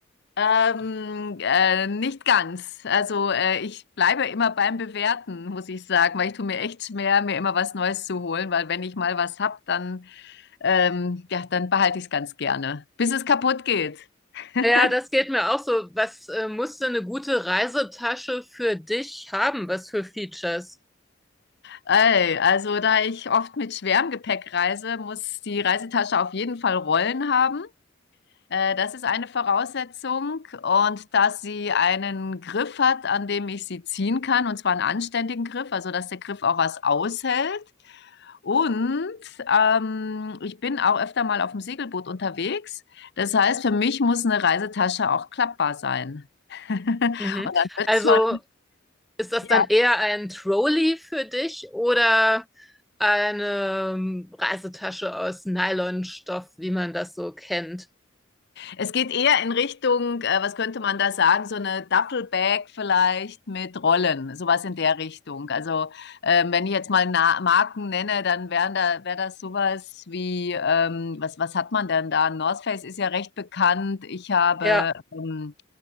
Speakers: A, on the left; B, in the centre.
A: Ähm, äh, nicht ganz. Also äh, ich bleibe immer beim Bewerten, muss ich sagen, weil ich tue mir echt schwer, mir immer was Neues zu holen, weil wenn ich mal was hab, dann ähm, ja, dann behalte ich es ganz gerne, bis es kaputt geht. <laughs>
B: Ja, das geht mir auch so. Was äh, musst du eine gute Reisetasche für dich haben? Was für Features?
A: Ey, also da ich oft mit schwerem Gepäck reise, muss die Reisetasche auf jeden Fall Rollen haben. Äh, das ist eine Voraussetzung und dass sie einen Griff hat, an dem ich sie ziehen kann, und zwar einen anständigen Griff, also dass der Griff auch was aushält. Und ähm, ich bin auch öfter mal auf dem Segelboot unterwegs. Das heißt, für mich muss eine Reisetasche auch klappbar sein. <laughs> Und dann
B: Mhm.
A: wird
B: Also
A: es schon,
B: ist das
A: Ja,
B: dann eher ein Trolley für dich oder eine ähm, Reisetasche aus Nylonstoff, wie man das so kennt?
A: Es geht eher in Richtung, äh, was könnte man da sagen, so eine Duffelbag vielleicht mit Rollen, sowas in der Richtung. Also ähm, wenn ich jetzt mal Na Marken nenne, dann wären da, wäre das sowas wie, ähm, was, was hat man denn da? North Face ist ja recht bekannt. Ich habe,
B: Ja,
A: ähm,